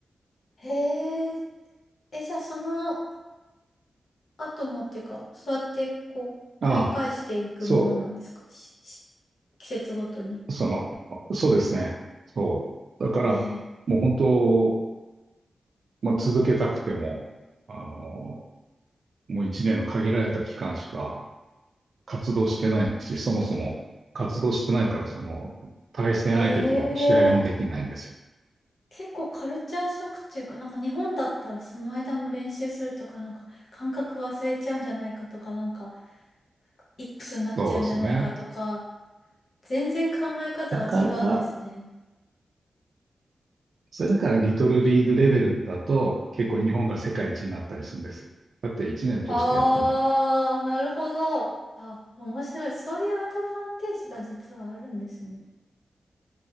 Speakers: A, on the left; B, on the right.
A: へえ、え、じゃあその後もっていうか、そうやってこう、
B: ああ、
A: 繰り返していくものなんですかし、
B: そ
A: し、季節ごとに。
B: う、その、そうですね。そう。だから、
A: へ
B: もう本当、まあ、続けたくても、あの、もう一年の限られた期間しか活動してないし、そもそも活動してないから、その、対戦相手とも試合もできないんですよ。
A: え、へえ、結構カルチャーショックっていうか、なんか日本だったらその間も練習するとか、なんか感覚忘れちゃうんじゃないかとか、なんかイップスになっちゃうんじゃないかとか、
B: そうですよね。
A: 全然考え方が違うんですね。
B: だから、それだからリトルリーグレベルだと結構日本が世界一になったりするんですよ。だって1年通してやってんだもん。
A: あー、なるほど。あ、面白い。そういうアドバンテージが実はあるんですね。